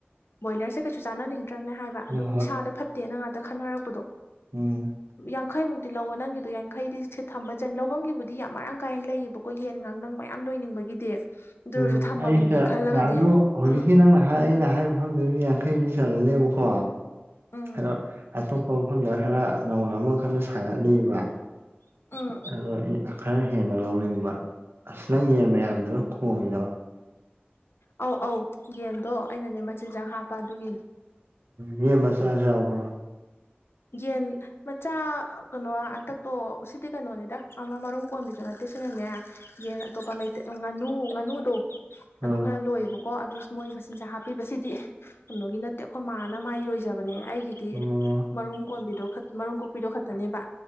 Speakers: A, on the left; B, on the right.
A: ꯕꯣꯢꯂꯔꯁꯦ ꯀꯩꯁꯨ ꯆꯥꯅꯅꯤꯝ ꯇ꯭ꯔꯅꯦ ꯍꯥꯏꯕ
B: ꯎꯝ ꯍꯣꯏ
A: ꯑꯗꯨꯝ
B: ꯍꯣꯏ
A: ꯏꯁꯥꯗ ꯐꯠꯇꯦꯅ ꯉꯥꯛꯇ ꯈꯟꯅꯔꯛꯄꯗꯣ
B: ꯎꯝ
A: ꯌꯥꯡꯈꯩꯃꯨꯛꯇꯤ ꯂꯧꯋ ꯅꯪ ꯒꯤꯗꯣ ꯌꯥꯈꯩꯗꯤ ꯁꯦ ꯊꯝꯕ ꯆꯟ ꯂꯧꯕꯒꯤꯕꯨꯗꯤ ꯌꯥꯝ ꯃꯔꯥꯡ ꯀꯥꯏꯅ ꯂꯩꯌꯦꯕꯀꯣ ꯌꯦꯟ ꯉꯥꯡ ꯅꯪ ꯃꯌꯥꯝ ꯂꯣꯏꯅꯤꯡꯕꯒꯤꯗꯤ ꯑꯗꯨ
B: ꯎꯝ
A: ꯑꯣꯏꯔꯁꯨ ꯊꯝꯕꯝꯒꯤ
B: ꯑꯩꯁꯦꯗ
A: ꯈꯜꯂꯒꯗꯤ
B: ꯍꯧꯖꯤꯛꯁꯤ
A: ꯎꯝ
B: ꯅꯪꯅ ꯑꯩꯅ ꯍꯥꯏꯕ ꯃꯐꯝꯗꯨꯗꯤ ꯌꯥꯡꯈꯩꯗꯤ ꯆꯠꯂꯅꯦ ꯀꯣ
A: ꯎꯝ
B: ꯑꯗꯣ ꯑꯇꯣꯞꯄ ꯃꯐꯝꯗ ꯈꯔ ꯅꯧꯅ ꯑꯃꯈꯟꯅ ꯁꯥꯒꯠꯂꯤꯕ
A: ꯎꯝ
B: ꯑꯗꯣ ꯈꯔ ꯍꯦꯟꯅ ꯂꯧꯅꯤꯡꯕ ꯑꯁ ꯅꯪ ꯌꯦꯟ ꯃꯌꯥꯝꯗꯨꯅꯣ ꯈꯣꯡꯏꯔꯣ
A: ꯑꯧ ꯑꯧ ꯌꯦꯟꯗꯣ ꯑꯩꯅ ꯃꯆꯤꯟꯖꯥꯛ ꯍꯥꯞꯄ ꯑꯗꯨꯒꯤ
B: ꯎ ꯌꯦꯟ ꯃꯆꯥꯁꯨ ꯌꯥꯎꯕ꯭ꯔꯣ
A: ꯌꯦꯟ ꯃꯆꯥ ꯀꯩꯅꯣ ꯍꯟꯇꯛꯇꯣ ꯁꯤꯗꯤ ꯀꯩꯅꯣꯅꯤꯗ ꯑꯃ ꯃꯔꯨꯝ ꯀꯣꯟꯕꯤꯗꯨ ꯅꯠꯇꯦ ꯁꯤꯅꯅꯦ ꯌꯦꯟ ꯑꯇꯣꯞꯄ ꯃꯩꯇꯩ ꯉꯥꯅꯨ ꯉꯥꯅꯨꯗꯣ
B: ꯑꯥ
A: ꯑꯗꯨ ꯈꯔ ꯂꯣꯏꯕꯀꯣ ꯀꯣ ꯑꯗꯨ ꯃꯣꯏ ꯃꯆꯤꯟꯁꯦ ꯍꯥꯞꯄꯤꯕꯁꯤꯗꯤ ꯀꯩꯅꯣꯒꯤ ꯅꯠꯇꯦ ꯑꯩꯈꯣꯏ ꯃꯥꯅ ꯃꯥꯏ ꯂꯣꯏꯖꯕꯅꯦ ꯑꯩꯒꯤꯗꯤ
B: ꯑꯣ
A: ꯃꯔꯨꯝ ꯀꯣꯟꯕꯤꯗꯣ ꯃꯔꯨꯝ ꯀꯣꯛꯄꯤꯗꯣ ꯈꯛꯇꯅꯦꯕ